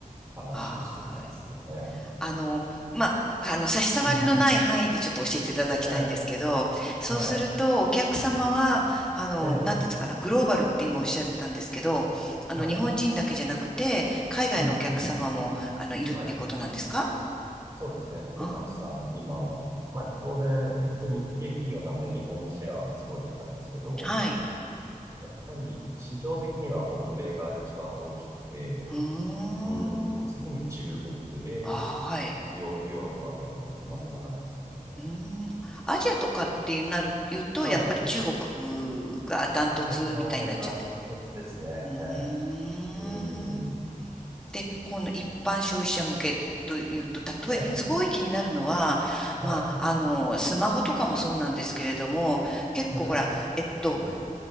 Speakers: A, on the right; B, in the centre.
A: 話をしてる感じですね。
B: あー
A: え
B: あの、まあ、あの、差し障りのない範囲でちょっと教えていただきたいんですけど、
A: ーうん。ええ、
B: そうすると、
A: はい。
B: お客様は、あの、
A: ええ、
B: なんていうんですかね、グローバルって今おっしゃってたんですけど、あの、
A: はい。
B: 日本人だけじゃなくて、海外のお客様も、
A: うん。
B: あの、いるっていうことなんですか
A: はい。そうですね。
B: あー、
A: もうたくさん、今は。まあ、当然、一応日系企業なので日本のシェアはすごい高いんですけど、
B: はい。
A: やっぱり市場的には北米が一番大きくて、
B: うーん。
A: うん、で、次に中国で、
B: あー、はい。
A: ヨ、ヨーロッパぐらい、まあそんな感じですかね。えー
B: うーん。アジアとかってなる、言うと、
A: はい。
B: やっぱり中国がダントツみたいになっちゃって。
A: 中国がもうダントツですね。
B: うーん。
A: えーうん。
B: で、この一般消費者向けというと、例え、
A: ええ、
B: すごい気になるのは、
A: はい、
B: まあ、あの、スマホとかもそうなんですけれども、結構ほら、
A: はい。
B: えっと、
A: うん、